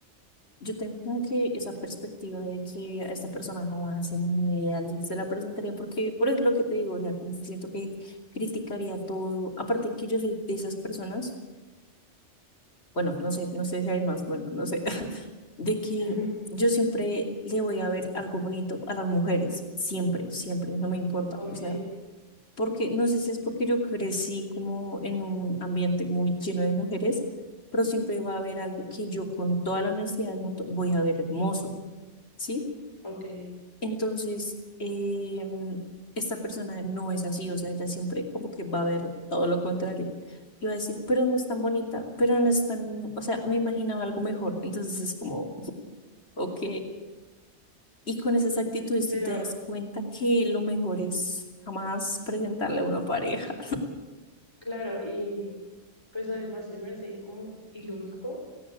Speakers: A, on the left (about 60°); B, on the left (about 20°).
A: Yo tengo como que esa perspectiva de que a esta persona jamás en mi vida se la presentaría, porque por eso lo que te digo, o sea, como que siento que criticaría todo. Aparte que yo soy de esas personas, bueno, no sé, no sé si hay más, bueno, no sé, <laughs> de que
B: <laughs>
A: yo siempre le voy a ver algo bonito a las mujeres, siempre, siempre, no me importa,
B: Ok,
A: o sea, porque no sé si es porque yo crecí como en un ambiente muy lleno de mujeres, pero siempre va a haber algo que yo con toda la honestidad del mundo voy a ver hermoso. ¿sí?
B: ok,
A: Entonces, em, esta persona no es así, o sea, ella siempre como que va a ver todo lo contrario. Y va a decir, pero no es tan bonita, pero no es tan, o sea, me imaginaba algo mejor. Entonces es como, ok. Y con esas actitudes
B: pero
A: tú te das cuenta que lo mejor es jamás presentarle a una pareja.
B: claro, y pues además se me hace como ilógico